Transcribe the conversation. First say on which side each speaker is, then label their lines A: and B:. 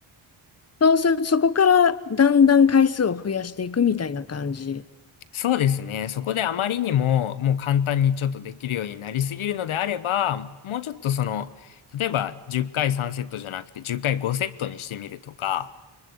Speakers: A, on the left; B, on the left.
A: そうする、そこからだんだん回数を増やしていくみたいな感じ。
B: そうですね。そこであまりにも、もう簡単にちょっとできるようになりすぎるのであれば、もうちょっとその、例えば10回3セットじゃなくて10回5セットにしてみるとか、